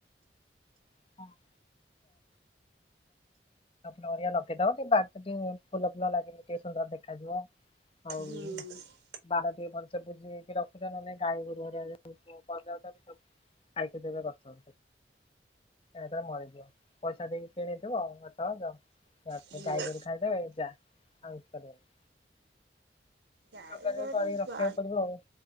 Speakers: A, on the left; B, on the right.
A: <unintelligible> ନଡ଼ିଆ ଲକେଇଦବ ଟ ବାଟ ଟିକେ ଫୁଲ ଫୁଲ ଲାଗିନି ଟିକେ ସୁନ୍ଦର ଦେଖାଯିବ। ହଉ।
B: ହୁଁ ହୁଁ
A: ବାର ଟିକେ ପାଞ୍ଚ ପୋଜିଇକି ରଖୁଛାନେ ଗାଈ ଗୋରୁଆ ସବୁ ଆଇକ ଦେବେ କରଥା ଏଥରେ ମରିଯିବ ପଇସା ଦେଇକି କିଣିେଇଥିବ ଆ ଯ ତାକୁ
B: ହୁଁ
A: ଗାଈ କରି ଖାଇଦେବେ ଯା ଆଉ କରିହବନି।
B: ଯାଇ
A: ଯୋଗାଯୋଗ
B: କରି
A: କରିକି ରଖିବାକୁ
B: କୁଆ
A: ପଡିବ ଆଉ।